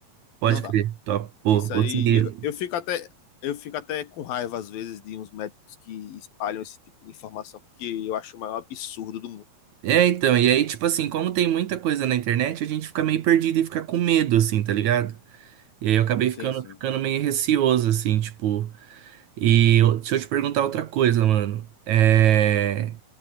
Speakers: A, on the right; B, on the left.
A: Pode
B: Não dá.
A: crer. Top. Pô,
B: Isso
A: consegui.
B: aí, eu, eu fico até. Eu fico até com raiva, às vezes, de uns médicos que espalham esse tipo de informação, porque eu acho o maior absurdo do mundo.
A: É, então, e aí, tipo assim, como tem muita coisa na internet, a gente fica meio perdido e fica com medo, assim, tá ligado? E aí eu acabei ficando,
B: Sim, sim.
A: ficando meio receoso, assim, tipo. E eu- deixa eu te perguntar outra coisa, mano. É.